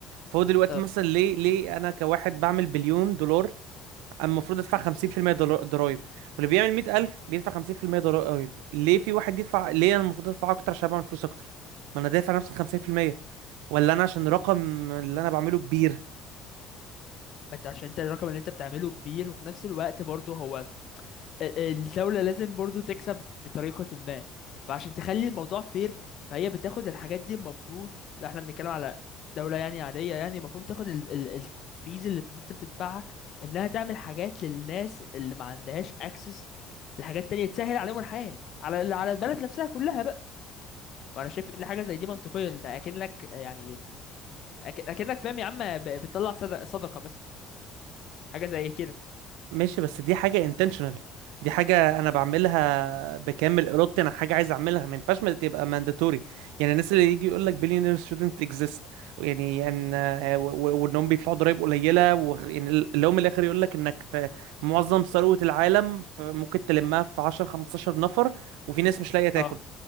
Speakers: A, on the right; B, on the left.
A: فهو دلوقتي
B: اه
A: مثلا ليه ليه انا كواحد بعمل بليون دولار اما المفروض ادفع 50% ضر- ضرايب واللي بيعمل 100000 بيدفع 50% ضرايب ليه في واحد يدفع ليه انا المفروض ادفع اكتر عشان بعمل فلوس اكتر ما انا دافع نفس ال 50% ولا انا عشان الرقم اللي انا بعمله كبير
B: ما انت عشان انت الرقم اللي انت بتعمله كبير وفي نفس الوقت برضه هو ال- الدولة لازم برضو تكسب بطريقة ما فعشان تخلي الموضوع فير فهي بتاخد الحاجات دي المفروض لا احنا بنتكلم على دولة يعني عادية يعني المفروض تاخد ال ال الفيز اللي انت بتدفعها انها تعمل حاجات للناس اللي ما عندهاش اكسس لحاجات تانية تسهل عليهم الحياة على على البلد نفسها كلها بقى فانا شايف ان حاجة زي دي منطقية انت اكنك يعني أك- اكنك فاهم يا عم ب- بتطلع صد- صدقة مثلا حاجة زي كده
A: ماشي بس دي حاجة intentional دي حاجة أنا بعملها بكامل إرادتي أنا حاجة عايز أعملها ما ينفعش ما تبقى mandatory يعني الناس اللي يجي يقول لك billionaires shouldn't exist يعني أن آه، و- و- وإنهم بيدفعوا ضرايب قليلة وغ- يعني اللي هو من الآخر يقول لك إنك في معظم ثروة العالم ف- ممكن تلمها في 10 15 نفر وفي ناس مش لاقية تاكل
B: اه